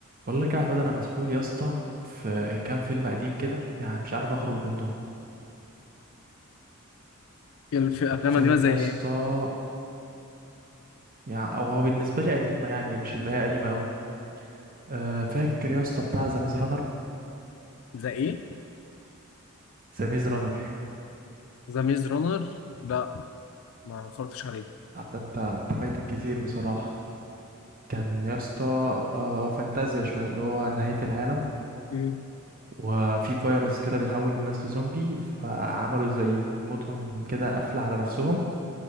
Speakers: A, on the right; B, on the left.
A: بقول لك يا عود انا مسحول يا اسطى في كام فيلم قديم كده يعني مش عارف اخرج منه
B: الف- الافلام
A: فيلم
B: القديمه زي
A: يا اسطى
B: ايه
A: يعني او هو بالنسبه لي قديمه يعني مش اللي هي قديمه قوي أه فاكر يا اسطى بتاع ذا ميز رانر
B: زي ايه
A: ذا ميز رانر
B: ذا ميز رونر لا ما اتفرجتش عليه
A: انت انت فايتك كتير بصراحه كان يا اسطى آه، فانتازيا شويه اللي هو نهايه العالم
B: مم.
A: وفي فيروس كده بيحول الناس لزومبي فعملوا زي مدن كده قافله على نفسهم